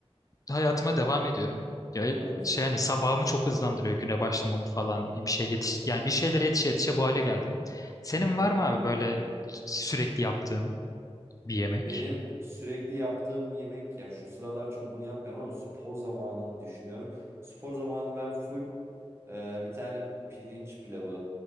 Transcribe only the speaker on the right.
O zaman güzel.
Aha.
Benim sürekli yaptığım yemek yani şu sıralar çok bunu yapmıyorum ama spor zamanını düşünüyorum. Spor zamanı ben full Ee, bir tane pirinç pilavı